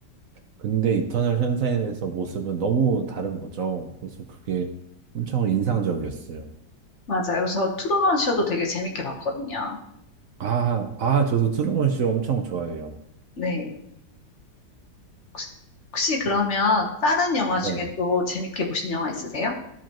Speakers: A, on the right; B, on the left.
A: 근데 이터널 션샤인에서 모습은 너무 다른 거죠. 그래서 그게 엄청 인상적이었어요.
B: 맞아요. 저 트루먼 쇼도 되게 재밌게 봤거든요.
A: 아, 아, 저도 트루먼 쇼 엄청 좋아해요.
B: 네. 혹시, 혹시 그러면 다른 영화
A: 네.
B: 중에 또 재밌게 보신 영화 있으세요?